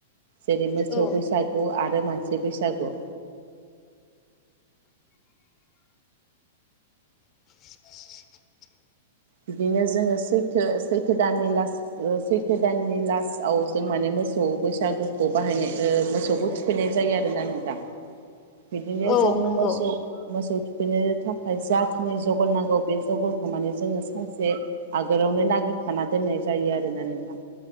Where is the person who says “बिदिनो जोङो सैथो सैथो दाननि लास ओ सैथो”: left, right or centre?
Right